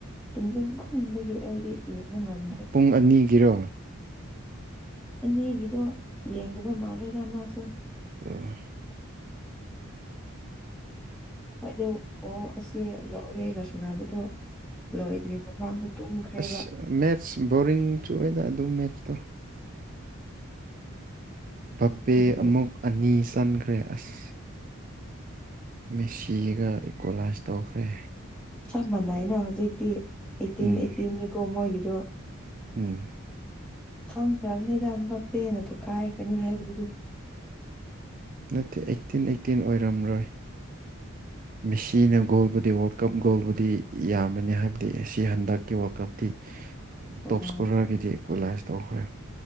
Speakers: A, in the centre; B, on the right.
A: ꯇꯨꯝꯅꯤꯡꯃꯟꯕꯒꯤ ꯑꯩꯗꯤ ꯂꯩꯕ <unintelligible>
B: ꯄꯨꯡ ꯑꯅꯤꯒꯤꯔꯣ
A: ꯑꯅꯤꯒꯤꯗꯣ ꯌꯦꯡꯗꯕ ꯃꯥꯂꯦꯗ ꯃꯥꯁꯨ
B: ꯑ
A: ꯑꯗꯨ ꯑꯣ ꯑꯁꯤ ꯅꯣꯔꯋꯦꯒ ꯁꯥꯅꯕꯗꯣ ꯂꯣꯏꯗ꯭ꯔꯤ ꯃꯃꯥꯡꯗ ꯇꯨꯝꯈ꯭ꯔꯦꯕ
B: ꯑꯁ ꯃꯦꯠꯁ ꯕꯣꯔꯤꯡ ꯆꯨ ꯑꯦꯗ ꯑꯗꯨ ꯃꯦꯠꯁꯇꯣ ꯕꯄꯦ
A: ꯑꯗꯨꯒꯤ
B: ꯑꯃꯨꯛ ꯑꯅꯤ ꯆꯟꯈ꯭ꯔꯦ ꯑꯁ ꯃꯦꯁꯤꯒ ꯏꯀꯣꯂꯥꯏꯁ ꯇꯧꯈ꯭ꯔꯦ
A: ꯆꯞ ꯃꯥꯟꯅꯩꯅ ꯍꯧꯖꯤꯛꯇꯤ ꯑꯩꯠꯇꯤꯟ
B: ꯎꯝ
A: ꯑꯩꯠꯇꯤꯟꯅꯤꯀꯣ ꯃꯣꯏꯒꯤꯗꯣ
B: ꯎꯝ
A: ꯈꯪꯈ꯭ꯔꯕꯅꯤꯗ ꯑꯦꯝꯕꯥꯄꯦꯅ ꯊꯨꯀꯥꯏꯈ꯭ꯔꯅꯤ ꯍꯥꯏꯕꯗꯨꯗꯨꯗꯤ
B: ꯅꯠꯇꯦ ꯑꯩꯠꯇꯤꯟ ꯑꯩꯠꯇꯤꯟ ꯑꯣꯏꯔꯝꯔꯣꯏ ꯃꯤꯁꯤꯅ ꯒꯣꯜꯕꯨꯗꯤ ꯋꯥꯔꯜ ꯀꯞ ꯒꯣꯜꯕꯨꯗꯤ ꯌꯥꯝꯕꯅꯤ ꯍꯥꯏꯕꯗꯤ ꯑꯁꯤ ꯍꯟꯗꯛꯀꯤ ꯋꯥꯔꯜ ꯀꯞꯇꯤ
A: <inaudible>
B: ꯇꯣꯞ
A: ꯑꯣ
B: ꯁꯀꯣꯔꯔꯒꯤꯗꯤ ꯏꯀꯣꯂꯥꯏꯁ ꯇꯧꯈ꯭ꯔꯦ